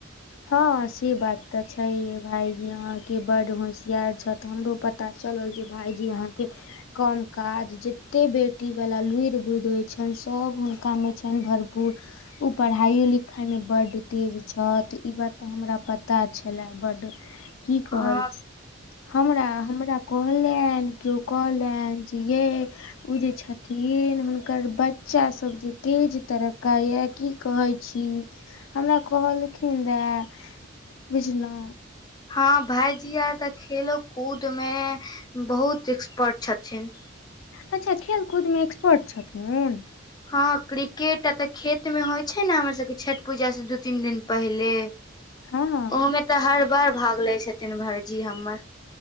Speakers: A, on the left; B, on the left.
A: हँ से बात तऽ छैय भायजी आहाँ के बड होशियार छैय हमरो पता पता चलल जे भायजी अहाँके कम काज जते बेटीवला लुुर बुइध होय छैन सब हुनकामे छैन भरपूर। ओ पढ़ाइयो लिखाइमे बड तेज छैथ। तऽ ई बात तऽ हमरा पता छेला बड की कहै
B: हँ
A: छी। हमरा-हमरा कहलैन कियो कहलैन जे येै ओ जे छथिन हुनकर बच्चा सब जे तेज तरक्का ये की कहै छी हमरा कहलखिन रहए बुझलौ।
B: हँ भाईजी आर तऽ खेलो कूद मे बहुत एक्सपर्ट छथिन।
A: अच्छा खेल कूद मे एक्सपर्ट छथुन।
B: हँ क्रिकेट अ तऽ खेत में होय छैय ने हमर सबके छठ पूजा से दू तीन दिन पहिले।
A: हँ।
B: ओहोमे तऽ हर बार भाग लेै छथिन भायजी हमर।